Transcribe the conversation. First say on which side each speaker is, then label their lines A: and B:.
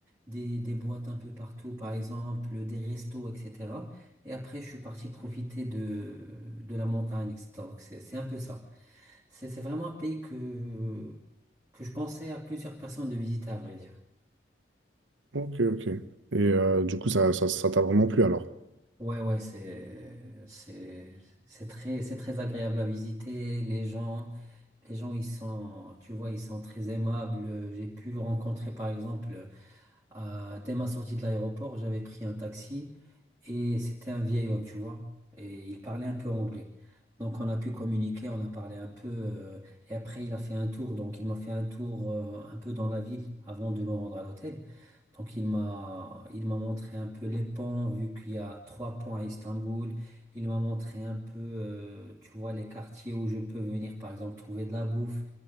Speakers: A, on the right; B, on the right.
A: des, des boîtes un peu partout, par exemple, des restos, etc. Et après, je suis parti profiter de, de la montagne, etc. Donc, c'est, c'est un peu ça. C'est, c'est vraiment un pays que, que je pensais à plusieurs personnes de visiter, à vrai dire.
B: Ok, ok. Et euh, du coup, ça, ça, ça t'a vraiment plu alors?
A: Ouais, ouais, c'est, c'est, c'est très, c'est très agréable à visiter. Les gens, les gens, ils sont, tu vois, ils sont très aimables. J'ai pu rencontrer, par exemple, Euh, dès ma sortie de l'aéroport, j'avais pris un taxi et c'était un vieil homme, tu vois. Et il parlait un peu anglais. Donc on a pu communiquer, on a parlé un peu. euh, et après, il a fait un tour. Donc il m'a fait un tour euh, un peu dans la ville avant de me rendre à l'hôtel. Donc il m'a il m'a montré un peu les ponts, vu qu'il y a trois ponts à Istanbul. Il m'a montré un peu, euh, tu vois, les quartiers où je peux venir, par exemple, trouver de la bouffe.